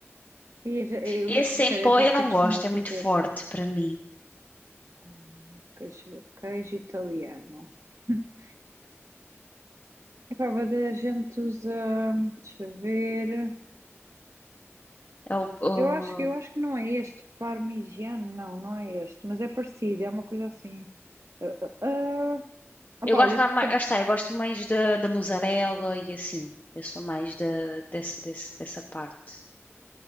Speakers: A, on the right (about 80°); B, on the left (about 35°).
A: E já- eu
B: Esse
A: vou-te dizer,
B: em pó
A: às vezes
B: eu não
A: eu costumo
B: gosto, é muito
A: fazer
B: forte para mim.
A: ah, queijo, ver, queijo italiano. <laughs> Epá, mas a gente usa, deixa eu ver.
B: É o- o-
A: Eu acho, eu acho que não é este, parmigiano, não, não é este, mas é parecido, é uma coisa assim. Ah, ah, ah. Opá,
B: eu gosto
A: olha,
B: lá mais,
A: tam-
B: lá está, eu gosto mais da da mussarela e assim. Eu sou mais da desse, desse- dessa parte.